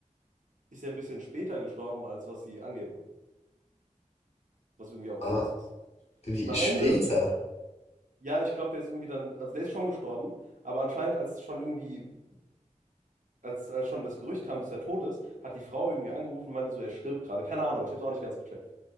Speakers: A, on the right; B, on the left.
A: ist ja ein bisschen später gestorben, als was sie angeben. Was irgendwie auch
B: Ah,
A: sass ist.
B: wie?
A: Und am
B: Später?
A: Ende, ja, ich glaube, der ist irgendwie dann, also der ist schon gestorben, aber anscheinend, als schon irgendwie, als, als schon das Gerücht kam, dass er tot ist, hat die Frau irgendwie angerufen und meinte so, er stirbt gerade. Keine Ahnung, ich habe es auch nicht ganz gecheckt.